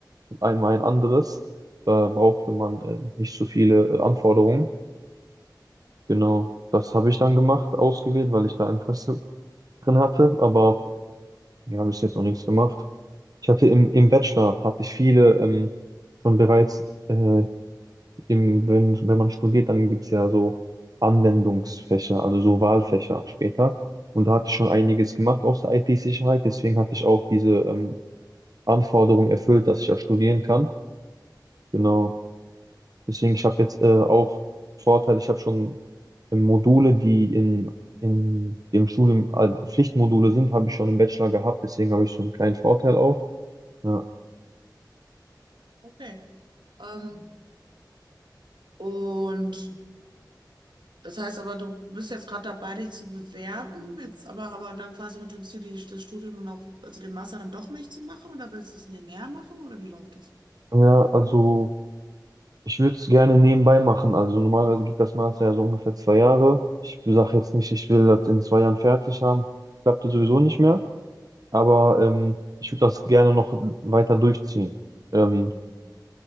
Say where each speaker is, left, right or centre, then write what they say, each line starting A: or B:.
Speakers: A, on the right; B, on the right.
A: einmal ein anderes. Da brauchte man äh, nicht so viele äh, Anforderungen. Genau, das habe ich dann gemacht, ausgewählt, weil ich da Interesse drin hatte, aber wir haben bis jetzt noch nichts gemacht. Ich hatte im, im Bachelor, hatte ich viele ähm, schon bereits, äh, im, wenn, wenn man studiert, dann gibt es ja so Anwendungsfächer, also so Wahlfächer später. Und da hatte ich schon einiges gemacht aus der IT-Sicherheit, deswegen hatte ich auch diese ähm, Anforderung erfüllt, dass ich ja studieren kann. Genau. Deswegen, ich habe jetzt äh, auch Vorteil, ich habe schon äh, Module, die in, in dem Studium äh, Pflichtmodule sind, habe ich schon im Bachelor gehabt. Deswegen habe ich so einen kleinen Vorteil auch. Ja,
B: Okay. Ähm, und Das heißt aber, du bist jetzt gerade dabei, dich zu bewerben, jetzt aber, aber dann quasi mit dem Ziel, die- das Studium noch, also den Master dann doch nicht zu machen oder willst du es nebenher machen oder wie läuft das?
A: ja also ich würde es gerne nebenbei machen. Also normalerweise geht das Master ja so ungefähr zwei Jahre. Ich sage jetzt nicht, ich will das in zwei Jahren fertig haben. Klappte sowieso nicht mehr. Aber ähm, ich würde das gerne noch weiter durchziehen. Ähm,
B: Hm.